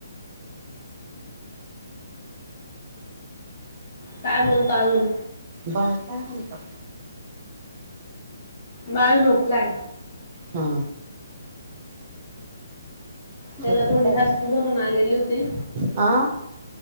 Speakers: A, on the left (about 40°); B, on the right (about 35°).
A: काय बोलता अजून.
B: बाळ काय करितो.
A: बाळ झोपलाय.
B: हा.
A: त्याला
B: झोपलं
A: थोडी
B: काय आता?
A: हास्ती भरून आलेली होती.
B: आ?